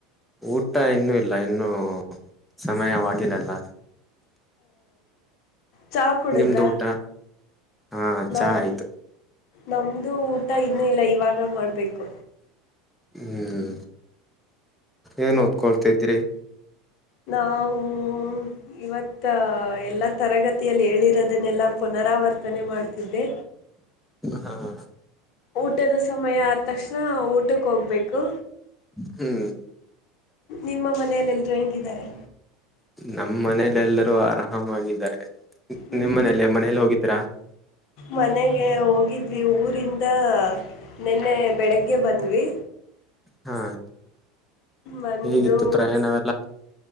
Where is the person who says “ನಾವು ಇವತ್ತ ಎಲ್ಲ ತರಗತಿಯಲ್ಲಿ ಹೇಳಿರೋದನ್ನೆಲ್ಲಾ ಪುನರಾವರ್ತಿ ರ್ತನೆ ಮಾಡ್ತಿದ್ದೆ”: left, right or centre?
Left